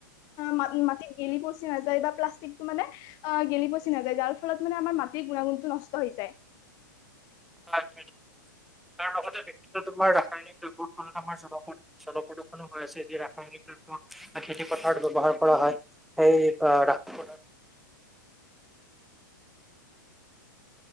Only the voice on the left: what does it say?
ম, মাটিত গেলি-পচি নাযায়, বা প্লাষ্টিকটো মানে অ', গেলি পচি নাযায়, যাৰ ফল মানে আমাৰ মাটিৰ গুণাগুণটো নষ্ট হৈ যায়।